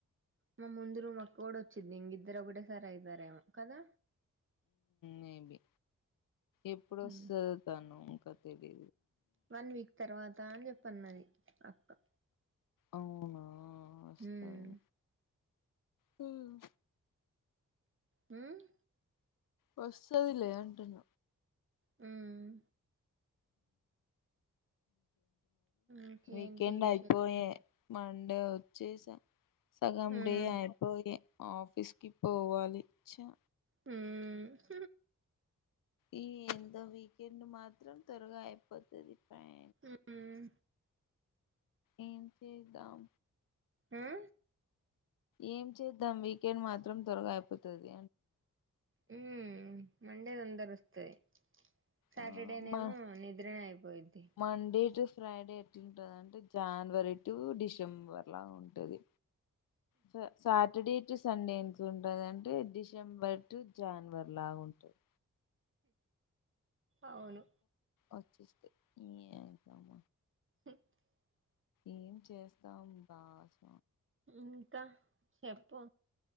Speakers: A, on the right; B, on the left.
A: మా ముందరు మ అక్క కూడా వచ్చింది ఇంకా ఇద్దరు ఒకటే సారి అయితారు ఏమో కదా
B: మేబి ఎప్పుడుొస్తుంది
A: మ్మ్
B: తను కదిది
A: వన్ వీక్ తర్వాత్ త్తా అని చెప్పన్నది అక్క
B: అవునా వస్తద్
A: మ్మ్
B: హ్మ్
A: హ్మ్
B: వస్తదిలే అంటున్న
A: హ్మ్ ఇంకేంటి
B: వీకెండయిపోయే
A: విశేషాలు
B: మన్ డే వచ్చేసా సగండే
A: మ్మ్
B: ఆపోయే ఆఫీస్ కి పోవాలి చ్చ
A: హ్మ్
B: ఈ ఎంత వీకెండ్ మాత్రం త్వరగా అయిపోతది పయ్
A: మ్మ్ మ్మ్
B: ఏం చేద్దాం
A: ఆ
B: ఏం చేద్దాం వీకెండ్ మాత్రం త్వరగా అయిపోతది
A: హ్మ్ మండే తొందరొస్తది సాటర్డేనేమో
B: ఆ మా
A: నిద్రనే అయిపోయిద్ది
B: మండే టు ఫ్రైడే ఎట్లుంటది అంటే జానవరి టు డిసెంబర్ లా ఉంటది స సార్ సాటర్డే టు సండే ఎంట్ ఉంటాది అంటే డిసెంబర్ టు జనవరి లాగా ఉంటుంది
A: అవును
B: ే చుక్ నీ ఎంకమ
A: <unintelligible>
B: ఏం చేస్తాం బాజ్
A: ఇంకా చెప్పు